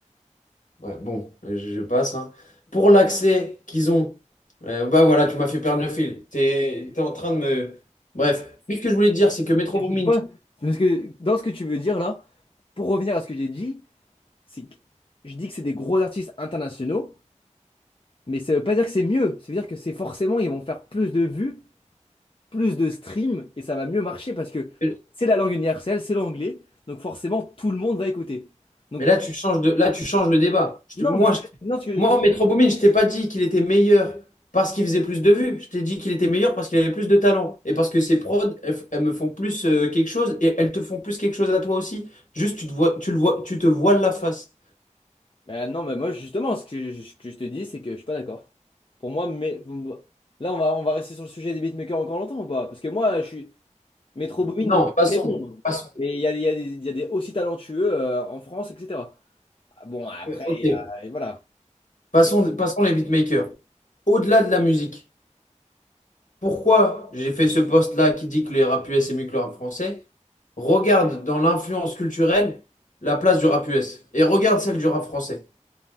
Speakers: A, on the left; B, on the left.
A: Ouais, bon, je, je passe. hein. Pour l'accès qu'ils ont, euh, bah voilà, tu m'as fait perdre le fil. T'es, t'es en train de me. Bref, mais ce que je voulais te dire, c'est que Metro Boomin,
B: Je je vois, c'est parce que dans ce que tu veux dire là, pour revenir à ce que j'ai dit, c'est que je dis que c'est des gros artistes internationaux, mais ça veut pas dire que c'est mieux. Ça veut dire que c'est forcément, ils vont faire plus de vues, plus de streams, et ça va mieux marcher parce que
A: tu-
B: c'est la langue universelle, c'est l'anglais, donc forcément tout le monde va écouter. Donc,
A: Mais là, tu changes de, là, tu changes le débat. Je
B: non,
A: te- moi,
B: parce que,
A: je,
B: non, ce que,
A: moi, Metro Boomin, je t'ai pas dit qu'il était meilleur parce qu'il faisait plus de vues. Je t'ai dit qu'il était meilleur parce qu'il avait plus de talent. Et parce que ses prods, elles, f- elles me font plus euh, quelque chose et elles te font plus quelque chose à toi aussi. Juste, tu te vois, tu le vois, tu te voiles la face.
B: bah, non, mais moi justement, ce que je, ce que je te dis, c'est que je suis pas d'accord. Pour moi, mais bon, là, on va, on va rester sur le sujet des beatmakers encore longtemps ou pas? Parce que moi, je suis. Metro Boomin,
A: Non,
B: il est
A: passons.
B: très bon. hein.
A: Passons.
B: Mais il y a, il y a des, il y a des aussi talentueux euh, en France, etc. Ah, Bon, après,
A: Euh, Ok.
B: il y a- et voilà. C'est...
A: Passons, passons les beatmakers. Au-delà de la musique. pourquoi j'ai fait ce post-là qui dit que le rap US est mieux que le rap français, regarde dans l'influence culturelle la place du rap US et regarde celle du rap français.